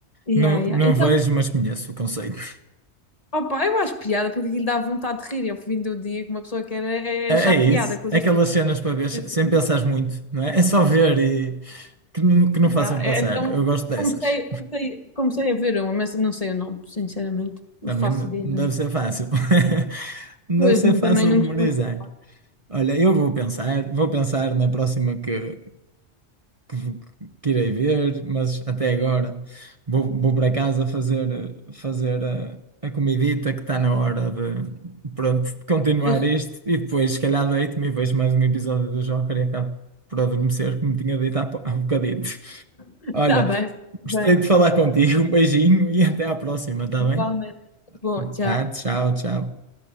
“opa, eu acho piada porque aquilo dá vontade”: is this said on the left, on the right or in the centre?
Left